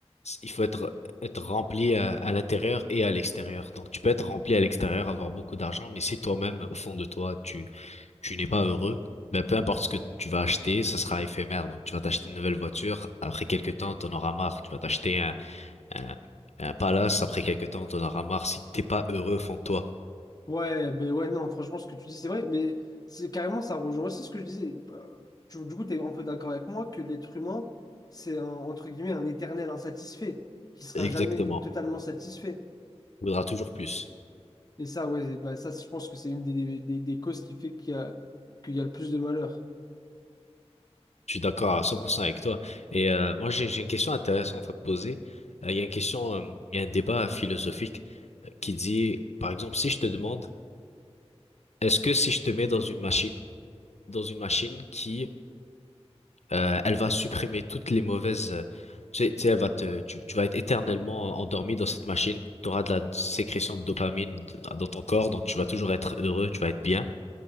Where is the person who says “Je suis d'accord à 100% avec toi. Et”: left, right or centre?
Left